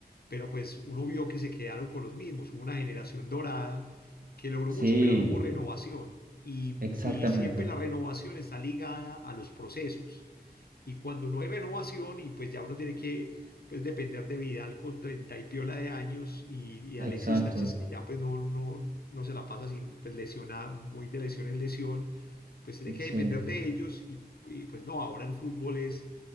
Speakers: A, on the left (about 65°); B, on the right (about 55°).
A: pero pues uno vio que se quedaron con los mismos. Hubo una generación dorada que logró
B: sí,
A: mucho, pero no hubo renovación. Y,
B: exactamente,
A: y siempre la renovación está ligada a los procesos. Y cuando no hay renovación y pues ya uno tiene que pues depender de Vidal con 30 y piola de años y, y
B: exacto.
A: Alexis Sánchez que ya pues no, no, no se la pasa sin pues lesionada muy de lesión en lesión, pues tiene que
B: Sí,
A: depender de ellos y, y, pues no, ahora el fútbol es